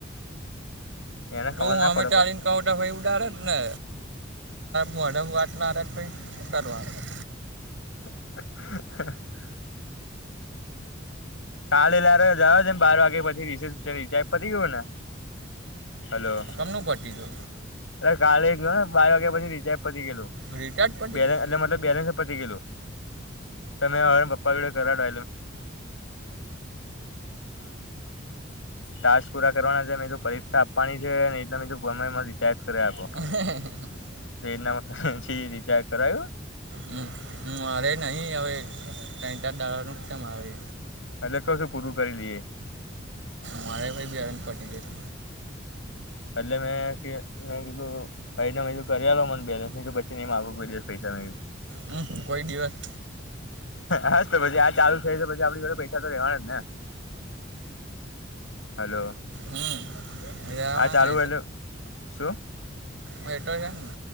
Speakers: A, on the left (about 85°); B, on the right (about 75°).
A: એને
B: તું
A: ખબર ના
B: હમે
A: પડે
B: ચારીન
A: પણ
B: કહો તો ભાઈ ઉડારે જ ને મોઢમા વાત ના રહે તો ભઈ શુ કરવાનું
A: <inaudible> કાલે લાર જયા છે બાર વાગે પછી રીસેસ રિચાજ પતી ગયું ને હલો
B: તમનું ઘટી જો
A: એટલે કાલે ગ ને બાર વાગ્યા પછી રીચાર્જ પતી ગેું
B: રિટાયર્ડ પડી
A: બેલે
B: ગયું
A: એટલે મતલબ બેલેન્સ પતી ગેલુ. <unintelligible> ું પપ્પાના ટાસ્ક પૂરા કરવાના છે મે પરીક્ષા આપવાની છે. એટલે બીધું કયમાંીચાર્જ કરે આપો.
B: <inaudible>
A: એના પછ રિચાર્જ કરાયું
B: હમ. મારે નહીં હવે ત્રણ ચાર દાડાનું ચે મારે
A: એટલે કઉ શું પૂરું કરી દિએ
B: મારે ભાઈ બેલેન્સ પટી જશે
A: એટલે મેં ક મેં કીધું અ કરીઆલો મને બેલેન્સ પછી ની માગુ કોઈ દી પૈસા
B: હમ કોઈ દિવસ
A: હ તો પછી આ ચાલુ છે પછી આપ જોડે પૈસા તો રહેેવાના જ ને હલો
B: હમ રહેવાના
A: આ ચાલુ એલે શું
B: હ એટો જાને